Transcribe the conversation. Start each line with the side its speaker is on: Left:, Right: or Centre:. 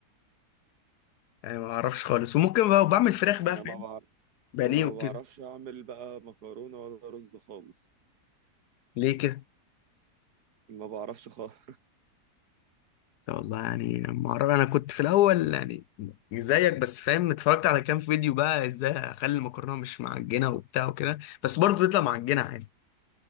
Left: يعني ما اعرفش خالص وممكن بقى بعمل فراخ بقى
Right: انا
Left: فاهم
Right: ما بعرف
Left: بانيه
Right: انا ما
Left: وكده
Right: بعرفش اعمل بقى مكرونه ولا رز خالص
Left: ليه كده
Right: ما بعرفش خالص
Left: والله يعني ما اعرف انا كنت في الاول يعني زيك بس فاهم اتفرجت على كام فيديو بقى ازاي اخلي المكرونه مش معجنه وبتاع وكده بس برضه بيطلع معجنه عادي